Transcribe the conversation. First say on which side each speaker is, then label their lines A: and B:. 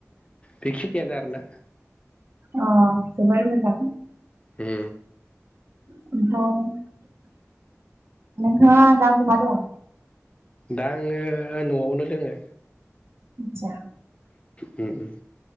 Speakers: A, on the left; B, on the right.
A: बेखिनियानो आरोना।
B: अ जोबोर मोजां।
A: हे
B: द नोंथाङा दा बहा दंङो?
A: दा आङो न'आवनो। दङो।
B: जा
A: उम उम